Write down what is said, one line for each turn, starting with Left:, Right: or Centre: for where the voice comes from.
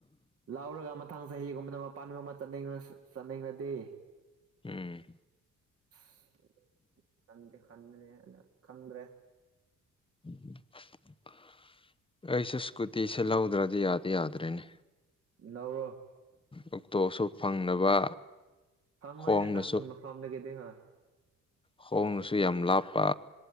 Right: ꯂꯥꯎꯔꯒ ꯃꯊꯥꯡ ꯆꯍꯤꯒꯨꯝꯕꯅ ꯃꯄꯥꯟꯗꯒꯨꯝꯕ ꯆꯠꯅꯤꯡ ꯆꯠꯅꯤꯡꯉꯗꯤ
Left: ꯎꯝ
Right: ꯑꯁ ꯈꯟꯗꯦ ꯈꯟ꯭ꯔꯦꯅ ꯈꯟꯗ꯭ꯔꯦ
Left: <unintelligible> ꯑꯩꯁꯨ ꯁ꯭ꯀꯨꯇꯤꯁꯦ ꯂꯧꯗ꯭ꯔꯗꯤ ꯌꯥꯗꯤ ꯌꯥꯗ꯭ꯔꯦꯅꯦ
Right: ꯂꯧꯔꯣ
Left: ꯑꯣꯛꯇꯣꯁꯨ ꯐꯪꯗꯕ
Right: ꯍꯪꯉꯣꯏꯅꯦ
Left: ꯈꯣꯡꯅꯁꯨ
Right: ꯅꯪ ꯃꯐꯝꯗꯒꯤꯗꯤ ꯍꯣꯏ
Left: ꯍꯣꯡꯅꯁꯨ ꯌꯥꯝ ꯂꯥꯞꯄ